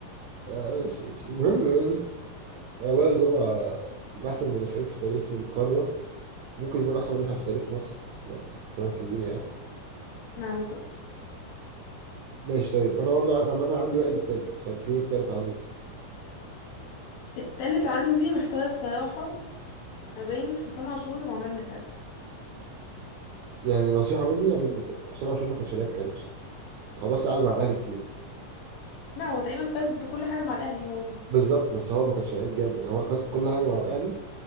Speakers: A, on the right (about 75°); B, on the left (about 80°).
A: آه ماشي ماشي المهم يعني آه، وائل جمعة من أحسن المدافعين في تاريخ القارة ممكن يكون احسن مدافع في تاريخ مصر اصلا كمان كبير يعني
B: نعم بالظبط
A: ماشي طيب انا برضو ع- عامه عندي وائل التالت فانت مين التالت عندك
B: التالت عندي محتار بصراحة ما بين حسام عاشور وعماد متعب
A: يعني نصيحه مني يا عماد متعب حسام عاشور ما كانش لعيب حلو الصراحة. هو بس قعد مع الاهلي كتير
B: لا هو تقريبا فاز بكل حاجة مع الأهلي برضه
A: بالظبط بس هو ما كانش لعيب جامد يعني هو كويس في كل حاجه مع الاهلي